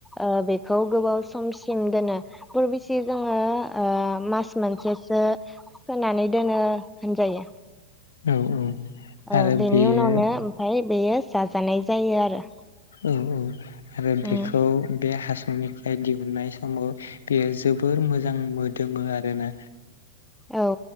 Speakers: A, in the centre; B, on the left.
A: ओ बेखौ गोबाव समसिम दोनो परबिसि जोङो ओ मास मोनसेसो सोनानै दोनो होनजायो
B: औ औ
A: औ
B: आरो
A: बेनि
B: बेयो
A: उनावनो ओमफाय बेयो जाजानाय जायो आरो
B: औ आरो बेखौ
A: उम
B: बे हास'नि <unintelligible> दिहुननाय समाव बेयो जोबोर मोजां मोदोमो आरोना
A: औ